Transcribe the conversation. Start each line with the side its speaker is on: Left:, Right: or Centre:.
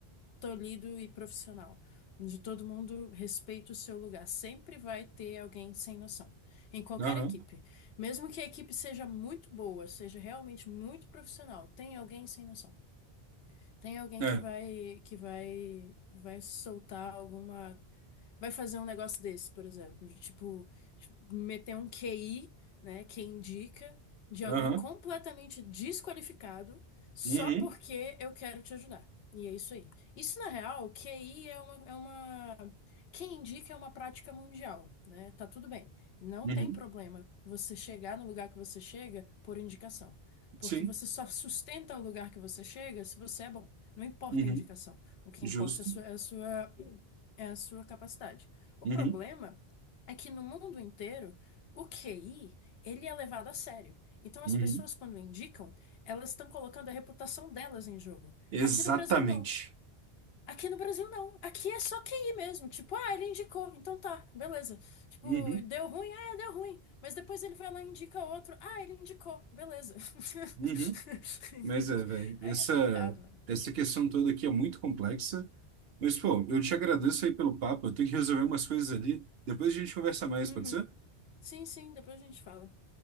Left: tolhido e profissional, onde todo mundo respeita o seu lugar. Sempre vai ter alguém sem noção, em qualquer
Right: Aham,
Left: equipe. Mesmo que a equipe seja muito boa, seja realmente muito profissional, tem alguém sem noção. Tem alguém
Right: é,
Left: que vai que vai vai soltar alguma vai fazer um negócio desse, por exemplo, de tipo meter um QI, né, que indica de alguém
Right: aham,
Left: completamente desqualificado só
Right: uhum,
Left: porque eu quero te ajudar. E é isso aí. Isso, na real, QI é uma, é uma... Quem indica é uma prática mundial, né? Tá tudo bem. Não
Right: uhum,
Left: tem problema você chegar no lugar que você chega por indicação. Porque
Right: sim.
Left: você só sustenta o lugar que você chega se você é bom. Não importa
Right: Uhum.
Left: a indicação. O que
Right: Justo.
Left: importa é a sua, é a sua, é a sua capacidade. O
Right: Uhum.
Left: problema é que no mundo inteiro, o QI, ele é levado a sério. Então, as
Right: Uhum.
Left: pessoas, quando indicam, elas estão colocando a reputação delas em jogo.
Right: Exatamente.
Left: Aqui no Brasil, não. Aqui no Brasil, não. Aqui é só QI mesmo. Tipo, ah, ele indicou, então tá, beleza. Tipo,
Right: Uhum.
Left: deu ruim, ah, deu ruim. Mas depois ele vai lá e indica outro, ah, ele indicou, beleza.
Right: Uhum.
Left: <laughs> Entende?
Right: Mas é, velho,
Left: Aí
Right: essa,
Left: é complicado, mano.
Right: essa questão toda aqui é muito complexa. Mas, pô, eu te agradeço aí pelo papo. Eu tenho que resolver umas coisas ali. Depois a gente conversa mais,
Left: Uhum.
Right: pode ser?
Left: Sim, sim, depois a gente fala.